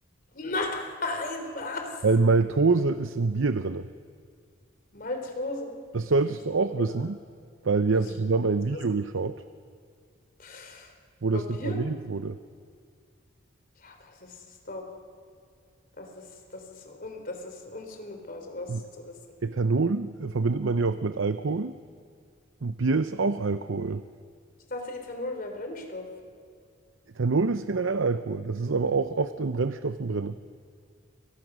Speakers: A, on the left; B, on the right.
A: Nein, was?
B: Weil Maltose ist in Bier drin.
A: Maltose.
B: Das solltest
A: Ich hab's
B: du
A: noch
B: auch
A: nie
B: wissen,
A: gehört.
B: weil wir
A: Wieso
B: haben zusammen
A: soll ich
B: ein
A: das
B: Video
A: wissen?
B: geschaut,
A: Pff,
B: wo
A: über
B: das
A: Bier?
B: noch erwähnt wurde.
A: Ja, aber das ist doch, das ist, das ist un, das ist unzumutbar, sowas
B: Und
A: zu wissen.
B: Ethanol äh, verbindet man ja oft mit Alkohol und Bier ist auch Alkohol.
A: Ich dachte, Ethanol wäre ein Brennstoff.
B: Ethanol ist generell Alkohol. Das ist aber auch oft in Brennstoffen drin.